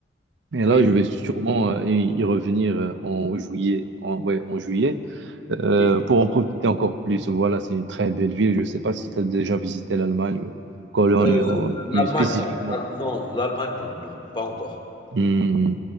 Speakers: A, on the right; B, on the left.
A: Et
B: oui,
A: là, je vais sûrement euh, y y revenir euh, en juillet, en, ouais, en juillet euh,
B: oui.
A: pour en profiter encore plus. Voilà, c'est une très belle ville. Je ne sais pas si tu as déjà visité l'Allemagne ou Cologne
B: Heu,
A: euh,
B: l'Allemagne,
A: plus spécifiquement.
B: non. La non, l'Allemagne, non, non, pas encore.
A: Hmm.